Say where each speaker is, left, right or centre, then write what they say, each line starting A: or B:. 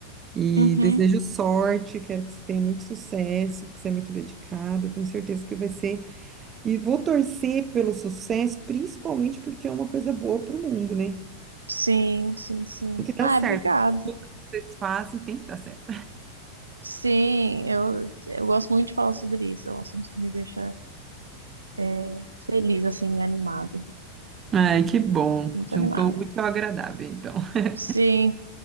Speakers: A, on the right; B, on the right.
A: E
B: Uhum.
A: desejo sorte, quero que você tenha muito sucesso, porque você é muito dedicado tenho certeza que vai ser. E vou torcer pelo sucesso, principalmente porque é uma coisa boa para o mundo, né?
B: Sim, sim, sim.
A: Tem que dar
B: Ah,
A: certo.
B: obrigado.
A: As coisas que vocês fazem tem que dar certo.
B: Sim, eu, eu gosto muito de falar sobre isso. É um assunto que me deixa é, Feliz, assim, e animada.
A: Ai, que bom.
B: Muito
A: Juntou
B: animada.
A: o útil ao agradável, então. <laughs>
B: Sim,